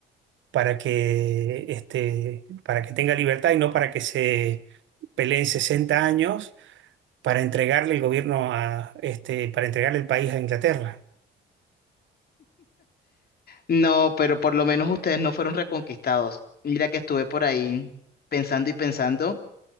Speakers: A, on the right (about 75°); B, on the left (about 50°).
A: para que, este, para que tenga libertad y no para que se peleen 60 años para entregarle el gobierno a, este, para entregarle el país a Inglaterra.
B: No, pero por lo menos ustedes no fueron reconquistados. Mira que estuve por ahí pensando y pensando